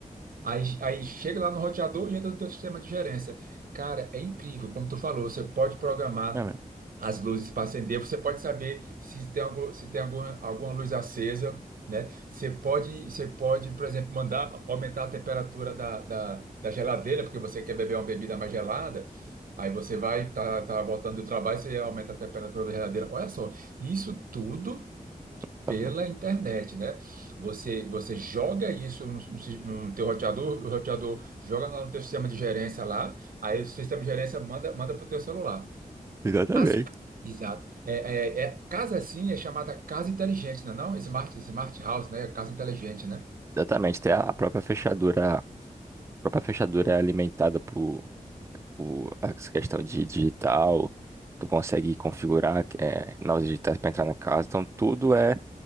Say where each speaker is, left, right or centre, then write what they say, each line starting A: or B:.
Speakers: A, on the right (about 85°); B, on the right (about 20°).
A: Aí, aí chega lá no roteador e entra no teu sistema de gerência. Cara, é incrível, como tu falou, você pode programar
B: É mesmo.
A: as luzes para acender, você pode saber se tem algum, se tem alguma, alguma luz acesa, né? Você pode, você pode, por exemplo, mandar aumentar a temperatura da, da, da geladeira, porque você quer beber uma bebida mais gelada. Aí você vai, tá, tá voltando do trabalho, você aumenta a temperatura da geladeira. Olha só, isso tudo
B: Tá
A: pela
B: bom.
A: internet, né? Você, você joga isso no, no si- no teu roteador, o roteador joga no teu sistema de gerência lá, aí o sistema de gerência manda, manda para o teu celular.
B: Exatamente.
A: As, exato. É, é, é- casa assim é chamada casa inteligente, não é não? Smart, smart house, né? Casa inteligente, né?
B: Exatamente, tem a a própria fechadura própria fechadura é alimentada por, por essa questão de digital. Tu consegue configurar é, novas digitais para entrar na casa. Então, tudo é